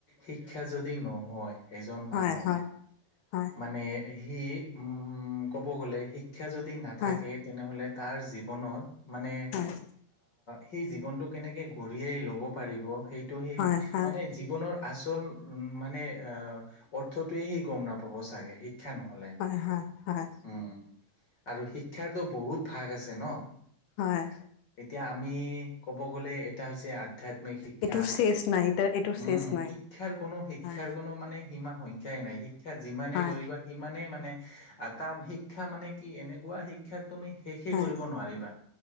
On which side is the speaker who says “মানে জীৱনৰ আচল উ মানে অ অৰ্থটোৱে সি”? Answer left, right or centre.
Left